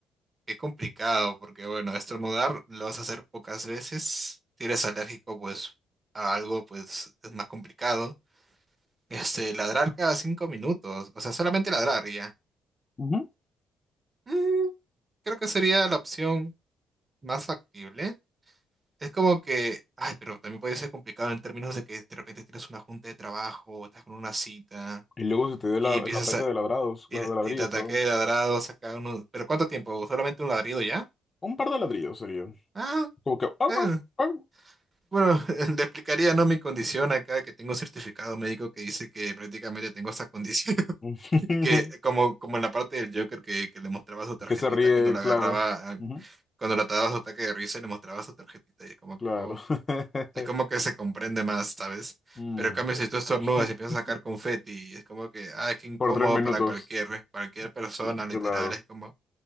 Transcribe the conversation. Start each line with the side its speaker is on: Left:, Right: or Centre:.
Right: qué complicado, porque bueno, estornudar lo vas a hacer pocas veces. Si eres alérgico, pues, a algo, pues, es más complicado. Este, ladrar cada cinco minutos. O sea, solamente ladrar y ya.
Left: Ujú.
Right: Mm, creo que sería la opción más factible. Es como que, ay, pero también puede ser complicado en términos de que de repente tienes una junta de trabajo, estás con una cita
Left: Y luego se te dé la-
Right: y empiezas
Left: el ataque
Right: a,
Left: de ladrados, claro,
Right: Y, le-
Left: de ladridos,
Right: y le ataqué
Left: perdón.
Right: de ladrados acá uno. ¿Pero cuánto tiempo? ¿Solamente un ladrido ya?
Left: Un par de ladrillos sería.
Right: Ah,
Left: Como que... "Au,
Right: eh,
Left: au, au".
Right: Bueno, <laughs> le explicaría, ¿no? Mi condición acá, que tengo un certificado médico que dice que prácticamente tengo esta condición. <laughs>
Left: <laughs>
Right: Y que como, como en la parte del Joker que, que le mostraba su tarjetita
Left: Que se ríe,
Right: cuando la
Left: claro.
Right: agarraba, ah,
Left: Ujú,
Right: cuando le ataba su ataque de risa y le mostraba su tarjetita. Y es como
Left: Claro.
Right: que, oh,
Left: <laughs>
Right: es como que se comprende más, ¿sabes?
Left: Mm.
Right: Pero en cambio, si tú estornudas
Left: <laughs>
Right: y empiezas a sacar confeti, es como que, ah, qué incómodo
Left: Por tres minutos.
Right: para cualquier, cualquier persona,
Left: Sí,
Right: literal.
Left: Claro.
Right: Es como...